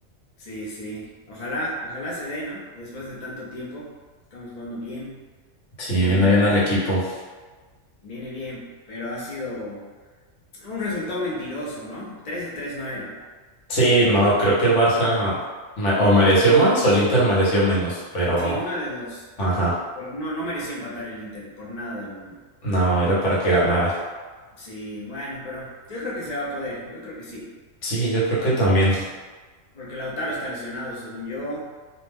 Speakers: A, on the left; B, on the left.
A: Sí, sí. Ojalá, ojalá se dé, ¿no? Después de tanto tiempo, estamos jugando bien,
B: sí,
A: un buen
B: viene
A: DT,
B: bien al equipo.
A: viene bien, pero ha sido un resultado mentiroso, ¿no? 3 a 3 no era.
B: Sí, no, creo que el Barça me- o mereció más o el Inter mereció menos, pero.
A: Sí, una de dos.
B: Ajá.
A: Pero no, no merecía empatar el Inter por nada del mundo.
B: No, era para que ganara.
A: Sí, bueno, pero yo creo que se va a poder, yo creo que sí.
B: Sí, yo creo que también.
A: Porque Lautaro está lesionado, según yo.